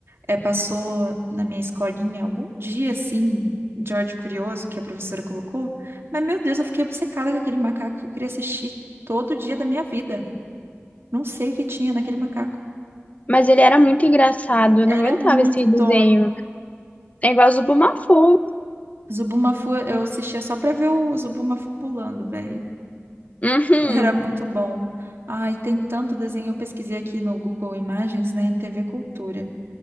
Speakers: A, on the right (about 55°); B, on the left (about 30°).
A: É, passou na minha escolinha algum dia assim, George Curioso, que a professora colocou. Mas, meu Deus, eu fiquei obcecada com aquele macaco que eu queria assistir todo dia da minha vida. Não sei o que tinha naquele macaco.
B: Mas ele era muito engraçado, eu
A: Era
B: não aguentava
A: muito
B: esse
A: Tonho.
B: desenho. É igual Zubumafu.
A: Zubumafu, eu assistia só pra ver o Zubumafu pulando, velho.
B: Uhum.
A: Era muito bom. Ai, tem tanto desenho. Eu pesquisei aqui no Google Imagens, né? TV Cultura.